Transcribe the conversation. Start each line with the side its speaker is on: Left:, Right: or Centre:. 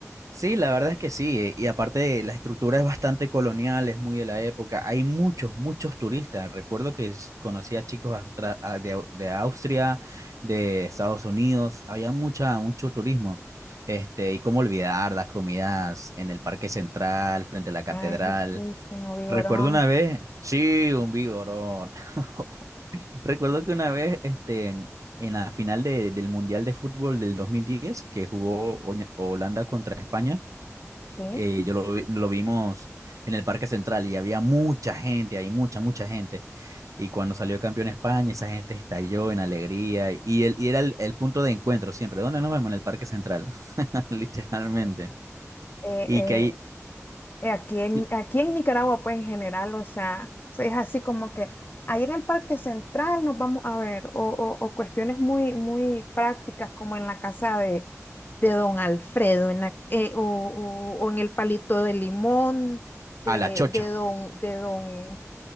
Right: Sí, la verdad es que sí, eh, y aparte la estructura es bastante colonial, es muy de la época, hay muchos, muchos turistas, recuerdo que s- conocí a chicos austra- a- de, Au- de Austria, de Estados Unidos, había mucha, mucho turismo, este, y cómo olvidar las comidas en el Parque Central, frente a la catedral,
Left: Ay, riquísimo, Vigorón,
Right: recuerdo una vez, sí, un vigorón, <laughs> recuerdo que una vez, este, en en la final de- del Mundial de Fútbol del 2010, que jugó Oña- Holanda contra España,
Left: sí.
Right: eh, yo lo, vi- lo vimos en el Parque Central y había mucha gente, hay mucha, mucha gente. Y cuando salió campeón España, esa gente estalló en alegría y, el, y era el, el punto de encuentro siempre. ¿Dónde nos vemos? En el Parque Central, <laughs> literalmente.
Left: Sí. Eh,
Right: Y
Left: eh,
Right: que ahí,
Left: eh, aquí en,
Right: sí,
Left: aquí en Nicaragua, pues, en general, o sea, es así como que ahí en el Parque Central nos vamos a ver, o, o o cuestiones muy, muy prácticas, como en la casa de Don Alfredo en la- eh, o, o- o en el palito de limón, de,
Right: a la chocho,
Left: de don, de don,